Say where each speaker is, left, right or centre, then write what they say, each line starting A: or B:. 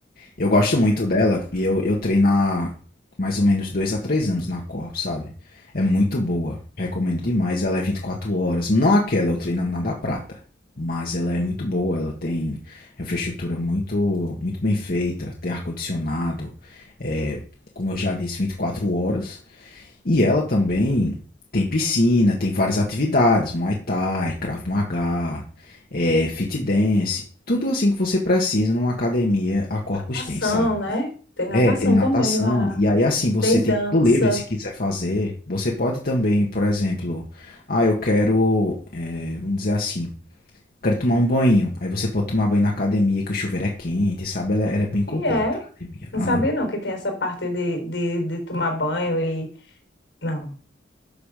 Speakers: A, on the left; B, on the left.
A: Eu gosto muito dela e eu, eu treino há mais ou menos dois a três anos na Corp, sabe? É muito boa, recomendo demais. Ela é 24 horas, não aquela, eu treino na da Prata, mas ela é muito boa. Ela tem infraestrutura muito, muito bem feita, tem ar-condicionado, é, como eu já disse, 24 horas. E ela também tem piscina, tem várias atividades, Muay Thai, Krav Maga, eh, fit dance, tudo assim que você precisa numa academia, a Corpus
B: Natação,
A: tem, sabe.
B: né? Tem natação
A: É, tem natação,
B: também lá.
A: e aí assim, você
B: Tem
A: tem
B: dança.
A: tudo livre se quiser fazer. Você pode também, por exemplo, ah, eu quero, eh, vamos dizer assim, quero tomar um banho. Aí você pode tomar banho na academia, que o chuveiro é quente, sabe? Ela, é, ela é bem completa,
B: E é.
A: a academia.
B: Não
A: Aham.
B: sabia não que tem essa parte de, de, de tomar banho e... Não.